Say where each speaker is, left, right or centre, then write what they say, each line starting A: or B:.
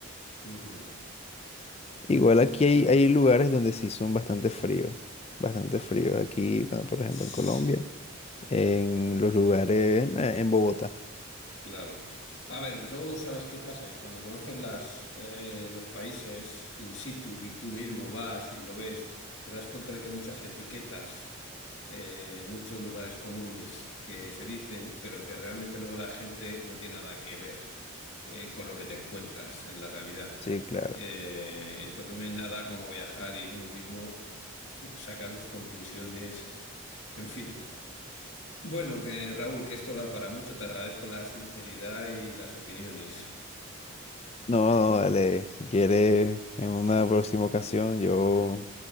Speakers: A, on the left (about 60°); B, on the left (about 30°).
A: Ujú.
B: Igual aquí hay, hay lugares donde sí son bastante fríos, bastante fríos. Aquí, bueno, por ejemplo,
A: Sí.
B: en Colombia. En los lugares, en, en Bogotá.
A: Claro. A ver, luego sabes qué pasa, que cuando conoces las, eh, los países in situ y tú mismo vas y lo ves, te das cuenta de que muchas etiquetas, eh, muchos lugares comunes que se dicen, pero que realmente luego la gente no tiene nada que ver, eh, con lo que te encuentras en la realidad.
B: Sí, claro.
A: Eh, entonces no hay nada como viajar y uno mismo saca sus conclusiones, en fin. Bueno, que Raúl, que esto da para mucho, te agradezco la sinceridad y las opiniones.
B: No, no, dale. Si quieres, en una próxima ocasión, yo,